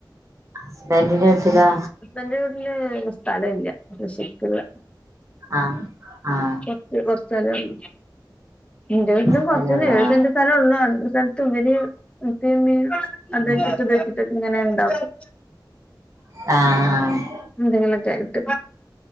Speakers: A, on the right; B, on the left.
A: ഹസ്ബന്റിന്റെ വീട്ടിലോ
B: ഹസ്ബൻ്റിൻ്റെ വീട്ടില് സ്ഥലല്ല കൃഷിക്ക്ള്ളെ
A: ആഹ് ആഹ്
B: കൊർച്ച് കൊർച്ച് സ്ഥലേള്ളു ഇന്റെ വീട്ടിലും
A: സ്ഥലൊള്ളൂ
B: കൊർച്ചെന്നെ ഏഴ്
A: ആഹ്
B: സെൻ്റ് സ്ഥലോള്ളു <unintelligible> ഇവര് ഉപ്പേം ഉമ്മേം <unintelligible>
A: ഉം
B: റ്റക്ക് ഇങ്ങനെണ്ടാക്കും
A: ആഹ് ആഹ്
B: എന്തെങ്കിലൊക്കൊയിട്ട്